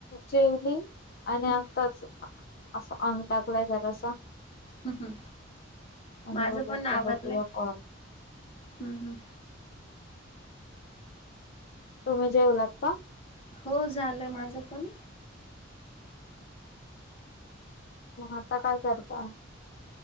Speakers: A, on the left (about 50°); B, on the left (about 30°).
A: जेवली आणि आगताच
B: हम्म,
A: अस अंग टाकलाय <inaudible> घराचा
B: हम्. हम्.
A: आणि
B: माझं
A: बोलत
B: पण <inaudible> आभारलंय
A: बघूया कॉल
B: हम्. हम्म.
A: तुम्ही <inaudible> जेऊ <inaudible> लागता
B: हो झालं माझं पण.
A: आता काय करता?